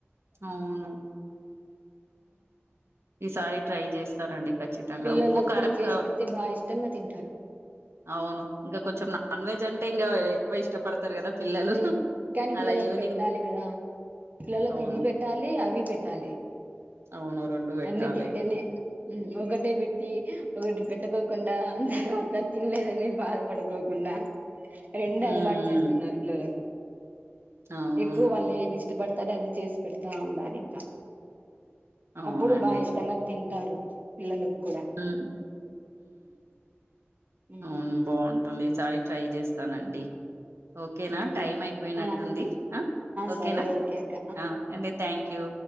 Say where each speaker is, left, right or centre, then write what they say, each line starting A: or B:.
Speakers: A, on the right (about 70°); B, on the right (about 40°).
A: అవును ఈసారి ట్రై చేస్తానండి ఖచ్చితంగా
B: పిల్లలకు
A: ఉప్పు కారం
B: కూడా చేసి
A: క
B: పెడితే బాగా ఇష్టంగా తింటారు
A: అవును ఇంకా కొంచెం నాన్ వెజ్ అంటే ఇంకా ఎక్కువ ఇష్టపడ తారు కదా పిల్లలు
B: ఉమ్ కానీ
A: అలా
B: పిల్లలకు
A: ఈవినింగ్
B: పెట్టాలి కదా పిల్లలకు
A: అవును.
B: ఇవి పెట్టాలి అవి పెట్టాలి
A: అవును రెండు పెట్టాలి
B: అన్ని తింటేనే ఒకటే పెట్టి ఒకటి పెట్టుకోకుండా అ తర్వాత తినలేదని బాధపడుకోకుండా రెండు
A: హ్మ్.
B: అలవాటు చేస్తున్నారు పిల్లలకు
A: అవును.
B: ఎక్కువ వాళ్ళు ఏది ఇష్టపడతారో అది చేసి పెడతా ఉండాలి ఇంకా
A: అవునండి.
B: అప్పుడు బాగా ఇష్టంగా తింటారు పిల్లలు కూడా
A: ఉమ్
B: ఉమ్
A: అవును బా బాగుంటుంది ఈసారి ట్రై చేస్తానండి ఓకేనా
B: ఉమ్.
A: టైం అయిపోయినట్టుంది
B: ఆ
A: ఆ ఓకేనా
B: సరే ఓకే అక్క
A: ఆ అండి థ్యాంక్ యూ